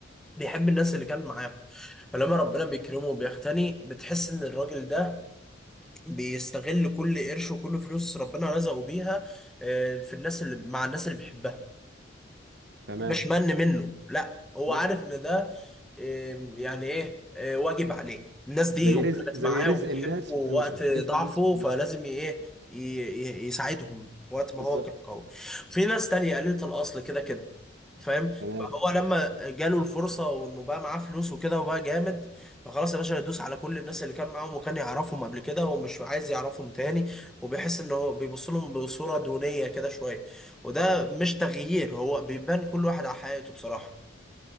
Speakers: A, in the centre; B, on the right (about 60°).
A: بيحب الناس اللي كان معاه فلما ربنا بيكرمه وبيغتني بتحس ان الراجل ده بيستغل كل قرش وكل فلوس ربنا رزقه بيها آه، في الناس اللي مع الناس اللي بيحبها
B: تمام
A: مش من منه لا هو
B: نظم.
A: عارف ان ده آم، يعني ايه آه، واجب عليه الناس دي
B: زي
A: وكانت
B: رزق زي
A: معاه
B: رزق
A: وبتحبه
B: الناس
A: وقت
B: في فلوسهم
A: ضعفه
B: رزق الناس في فلوسهم
A: فلازم ي- ايه ي- ي- يساعدهم وقت ما
B: بالظبط
A: هو كان قوي في ناس تانية قليلة الأصل كده كده فاهم فهو
B: تمام
A: لما جاله الفرصة وانه بقى معاه فلوس وكده وبقى جامد فخلاص يا باشا يدوس على كل الناس اللي كان معاهم وكان يعرفهم قبل كده ومش عايز يعرفهم تاني وبيحس ان هو بيبص لهم بصورة دونية كده شوية وده مش تغيير هو بيبان كل واحد على حياته بصراحة